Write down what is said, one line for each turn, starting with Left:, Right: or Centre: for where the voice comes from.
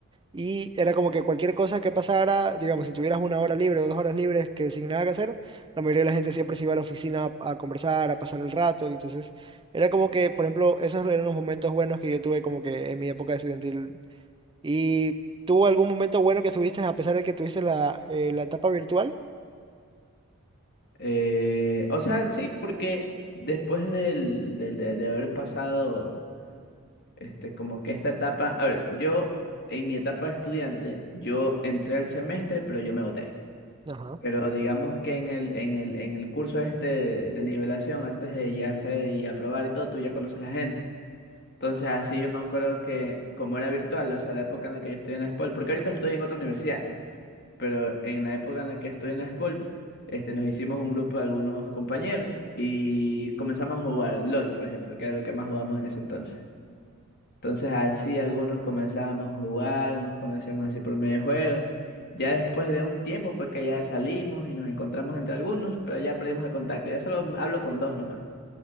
Right: y era como que cualquier cosa que pasara, digamos, si tuvieras una hora libre o dos horas libres que sin nada que hacer, la mayoría de la gente siempre se iba a la oficina a, a conversar, a pasar el rato y entonces era como que, por ejemplo, esos eran los momentos buenos que yo tuve como que en mi época estudiantil. ¿Y tuvo algún momento bueno que tuviste a pesar de que tuviste la, eh, la etapa virtual?
Left: Eh, o sea, sí, porque después del, del- de, de haber pasado, este, como que esta etapa, a ver, yo en mi etapa de estudiante, yo entré al semestre, pero yo me boté.
Right: Ajá.
Left: Pero digamos que en el, en el, en el curso este de nivelación, antes de ya hacer y aprobar y todo, tú ya conoces a la gente. Entonces, así yo me acuerdo que, como era virtual, o sea, la época en la que yo estudié en la SPOL, porque ahorita estoy en otra universidad, pero en la época en la que estudié en la SPOL, este, nos hicimos un grupo de algunos compañeros y comenzamos a jugar al LOL, por ejemplo, que era lo que más jugamos en ese entonces. Entonces así algunos comenzábamos a jugar, nos conocíamos así por medio juego. Ya después de un tiempo fue que ya salimos y nos encontramos entre algunos, pero ya perdimos el contacto. Ya solo hablo con dos nomás.